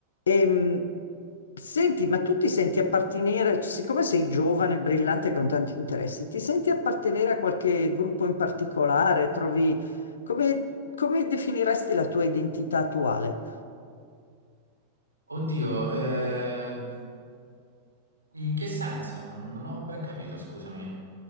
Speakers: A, on the left (about 65°); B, on the right (about 80°).
A: Ehm, senti, ma tu ti senti appartenere, siccome sei giovane, brillante, con tanti interessi, ti senti appartenere a qualche gruppo in particolare? Trovi, come, come definiresti la tua identità attuale?
B: Oddio, eh, in che senso? Non, non ho ben capito, scusami.